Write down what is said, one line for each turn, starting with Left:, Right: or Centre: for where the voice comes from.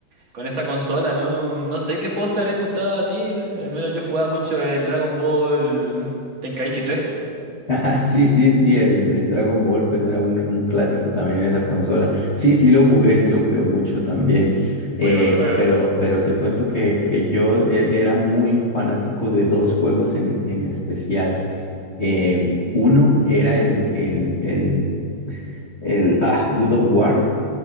Right: con esa consola. No, no sé qué juegos te habrán gustado a ti. Al menos yo jugaba mucho el Dragon Ball Tenkaichi tres
Left: Ah, sí, sí, sí, el, el Dragon Ball pues era un, un clásico también en esa consola. Sí, sí lo jugué, sí lo jugué mucho también.
Right: Muy
Left: Eh,
Right: buen juego.
Left: pero, pero te cuento que, que yo eh, era muy fanático de dos juegos en, en especial. Em, uno era el, el, el, el ah, God of War